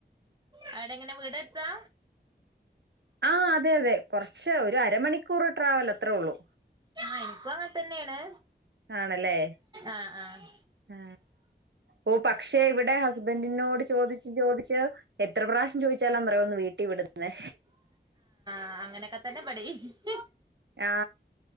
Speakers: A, on the right; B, on the right.
A: അവിടെ എങ്ങനെ വീട് അടുത്താ
B: ആ അതെ അതെ കുറച്ച് ഒരു അരമണിക്കൂർ ട്രാവൽ അത്രേ ഉള്ളൂ
A: ആ എനിക്കും അങ്ങനെ തന്നെയാണ്
B: ആണല്ലേ
A: ആഹ് ആഹ്
B: ആ ഓ പക്ഷെ ഇവിടെ ഹസ്ബൻഡിനോട് ചോദിച്ചു ചോദിച്ച് എത്ര പ്രാവശ്യം ചോദിച്ചാല എന്നറിയാമോ ഒന്ന് വീട്ടിൽ വിടുന്നെ
A: ആ അങ്ങനൊക്കെ തന്നെ പടിക്ക്
B: ആ....